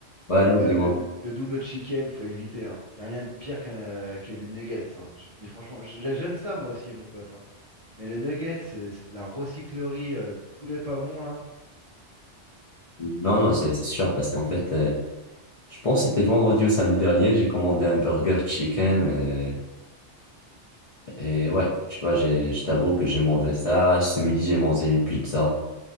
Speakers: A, on the left; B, on the right.
A: Ouais, non,
B: C'est, euh,
A: dis-moi.
B: le, le double chicken, faut éviter. Il n'y a rien de pire qu'un, euh, que des nuggets. hein. Je te dis franchement, j- j'aime ça moi aussi, mon pote. hein. Mais les nuggets, c'est c'est de la recyclerie euh, de poulet pas bon là.
A: Non, non, c'est c'est sûr, parce qu'en fait, euh, je pense que c'était vendredi ou samedi dernier, j'ai commandé un burger chicken, euh, et ouais, tu vois, j'ai, je t'avoue que j'ai mangé ça. Ce midi, j'ai mangé une pizza.